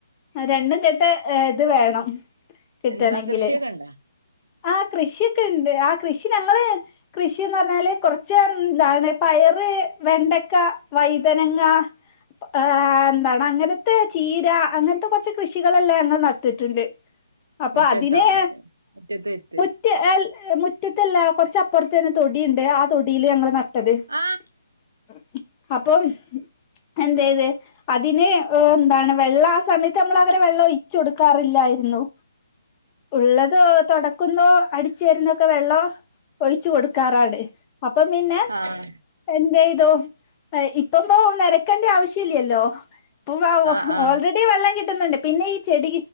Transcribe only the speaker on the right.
എന്താ കൃഷിയൊക്കെ ഇണ്ടാ
മുറ്റത്താ
മുറ്റത്ത അടുത്ത്
ആഹ്
ആഹ
ആഹ് ആഹ്